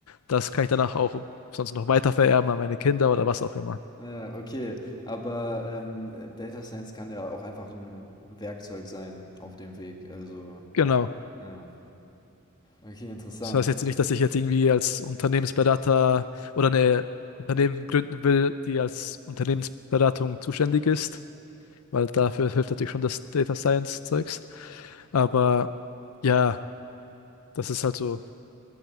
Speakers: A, on the left; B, on the left.
A: das kann ich danach auch sonst noch weiter vererben an meine Kinder oder was auch immer.
B: ja, okay. Aber ähm, Data Science kann ja auch einfach ein Werkzeug sein auf dem Weg. Also,
A: Genau.
B: ja. Okay, interessant.
A: Das heißt jetzt nicht, dass ich jetzt irgendwie als Unternehmensberater oder eine Unternehmen gründen will, die als Unternehmensberatung zuständig ist, weil dafür hilft natürlich schon das Data Science Zeugs. Aber ja, das ist halt so.